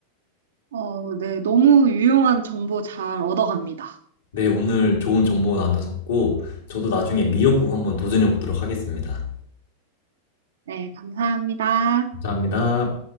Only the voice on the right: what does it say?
어, 네. 너무 유용한 정보 잘 얻어갑니다.
네. 감사합니다.